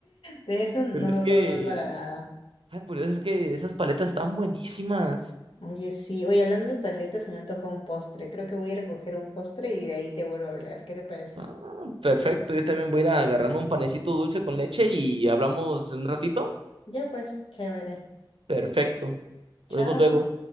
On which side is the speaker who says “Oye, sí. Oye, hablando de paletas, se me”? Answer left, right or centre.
Left